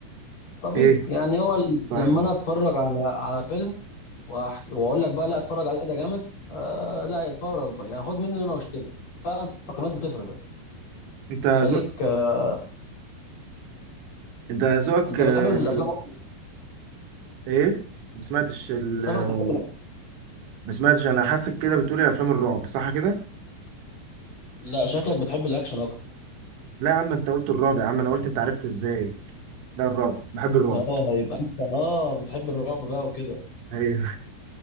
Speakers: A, on the left; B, on the right.
A: طبيب
B: إيه
A: يعني هو ال-
B: صح
A: لما انا اتفرج على على فيلم وأحكي واقول لك بقى لا اتفرج عليه ده جامد آه لا اتفرج بقى يعني خد مني ان انا واشتري فعلا التقييمات بتفرق
B: أنت
A: بتخليك
B: ذوق
A: آه
B: أنت ذوقك
A: انت
B: آه،
A: بتحب الافلام
B: في ال...
A: أكتر.
B: إيه ما سمعتش ال...
A: شكلك
B: آه،
A: بتحب
B: ما سمعتش أنا حاسك كده بتقولي أفلام الرعب صح كده؟
A: لا شكلك بتحب الاكشن اكتر
B: لا يا عم أنت قلت الرعب يا عم أنا قلت أنت عرفت إزاي ده الرعب بحب الرعب
A: اه يبقى انت اه بتحب الرعب بقى وكده
B: ايوه